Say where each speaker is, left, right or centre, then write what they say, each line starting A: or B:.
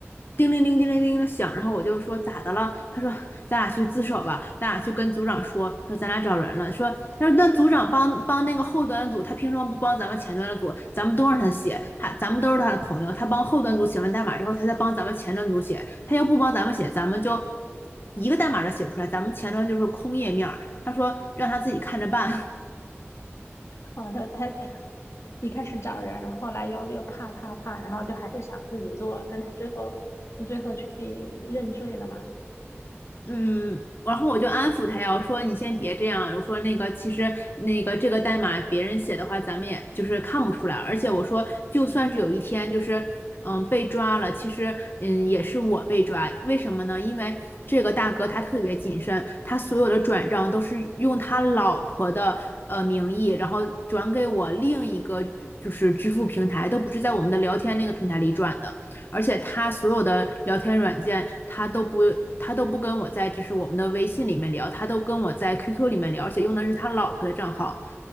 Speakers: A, on the left; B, on the left.
A: 叮铃铃叮铃铃的响，然后我就说咋的了？他说咱俩去自首吧，咱俩去跟组长说，说咱俩找人了，说那那组长帮帮那个后端的组，他凭什么不帮咱们前端的组？咱们都让他写，他咱们都是他的朋友，他帮后端组写完代码之后，他再帮咱们前端组写，他要不帮咱们写，咱们就一个代码都写不出来，咱们前端就是空页面他说让他自己看着办。
B: 哦，他他 <laughs> 一开始找人，然后后来又又怕怕怕，然后就还是想自己做。那他最后最后去认罪了嘛？
A: 嗯，然后我就安抚他呀，我说你先别这样，我说那个其实那个这个代码别人写的话，咱们也就是看不出来，而且我说就算是有一天就是嗯被抓了，其实嗯也是我被抓，为什么呢？因为这个大哥他特别谨慎，他所有的转账都是用他老婆的呃名义，然后转给我另一个就是支付平台，都不是在我们的聊天那个平台里转的。而且他所有的聊天软件，他都不他都不跟我在就是我们的微信里面聊，他都跟我在 QQ 里面聊，而且用的是他老婆的账号。